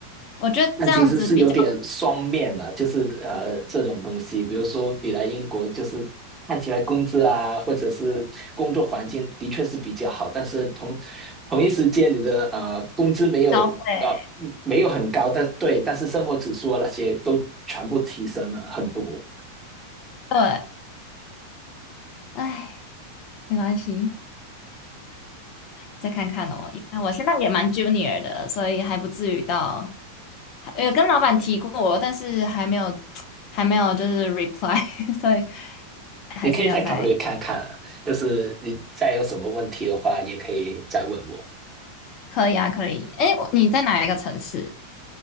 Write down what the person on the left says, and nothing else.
我觉得这样子比较
消费。
对，唉，没关系，再看看哦，因为我现在也蛮 junior 的，所以还不至于到，还有跟老板提过，但是还没有，<tsk> 还没有就是 reply，<laughs> 所以还是要在。
可以啊，可以。哎，我你在哪一个城市